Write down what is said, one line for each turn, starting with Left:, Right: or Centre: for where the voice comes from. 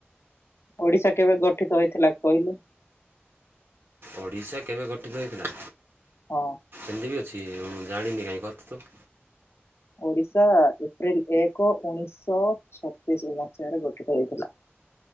Left: ଓଡ଼ିଶା କେବେ ଗଠିତ ହୋଇଥିଲା କହିଲୁ?
Right: ଓଡିଶା କେବେ ଗଠିତ ହୋଇଥିଲା?
Left: ହଁ।
Right: ଏମତି ବି ଅଛି ମୁଁ ଜାଣିନି କାଇଁ କହ ତୁ ତ।
Left: ଓଡିଶା ଏପ୍ରିଲ ଏକ ଉଣେଇଶ ଛତିଶି ମସିହାରେ ଗଠିତ ହୋଇ ଥିଲା।